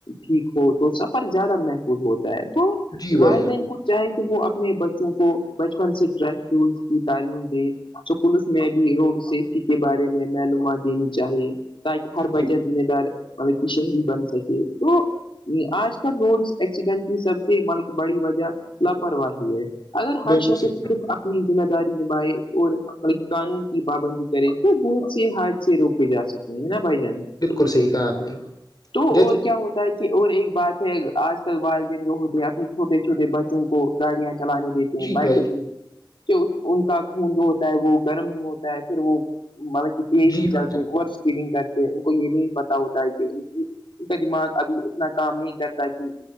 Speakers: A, on the left; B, on the left.
A: ٹھیک ہو تو سفر زیادہ محفوظ ہوتا ہے تو
B: نے۔ جی بھائی
A: وائ
B: جان
A: لن کا چاہے کہ وہ اپنے بچوں کو بچپن سے ٹریفک رولس کی تعلیم دے تو پوس نے بھی روڈ سیفٹی کے بارے میں معلوم دینی چاہیے تاکہ ہر بچہ
B: جی
A: ذمہ دار مطلب کہ شہری بن سکے تو آج کل روڈ ایکسیڈنٹ کی سب سے مل کہ بڑی وجہ لاپرواہی ہے اگر ہر
B: بالکل
A: شخص
B: صحیح کہا
A: صرف اپنی ذمہ داری نبھائے اور قانون کی پابندی کرے تو بہت سے سے روک کے جا سکتے ہیں نا بھائی جان
B: بالکل صحیح کہا آپ نے
A: تو
B: جیسے
A: اور کیا ہوتا ہے کہ اور ایک بات ہے آج کل والدین جو ہوتے ہیں اپنی چھوٹے چھوٹے بچے بچوں کو گاڑیاں چلانے دیتے ہیں
B: جی
A: بائکر
B: بھائی
A: کہ ان کا خون جو ہوتا ہے وہ گرم نہیں ہوتا ہے پھر وہ مطلب کہ تیز
B: جی
A: چلتے
B: بھائی
A: ہیں اوور اسپیڈنگ کرتے ہیں ان کو یہ نہیں پتا ہوتا ہے کہ ان کی ان کا دماغ ابھی اتنا کام نہیں کرتا کہ